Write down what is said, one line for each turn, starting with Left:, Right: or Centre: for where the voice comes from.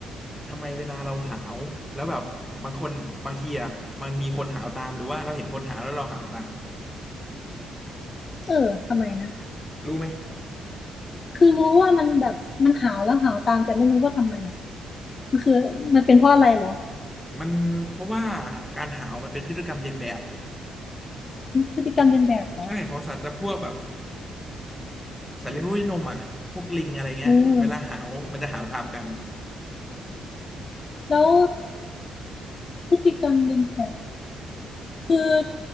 Centre: ทำไมเวลาเราหาวแล้วแบบบางคนบางทีอ่ะมันมีคนหาวตามหรือว่าเราเห็นคนหาวแล้วเราหาวตาม
Left: เออทำไมนะ
Centre: รู้ไหม
Left: คือรู้ว่ามันแบบมันหาวแล้วหาวตามแต่ไม่รู้ว่าทำไมอะมันคือมันเป็นเพราะอะไรเหรอ
Centre: มันเพราะว่าการหาวมันเป็นพฤติกรรมเลียนแบบ
Left: มันพฤติกรรมเลียนแบบเหรอ
Centre: ใช่ของสัตว์จำพวกแบบสัตว์เลี้ยงลูกด้วยนมอ่ะพวกลิงอะไรเงี้ยเวลาหาวมันจะหาวตามกัน
Left: เออแล้วพฤติกรรมเลียนแบบ คือ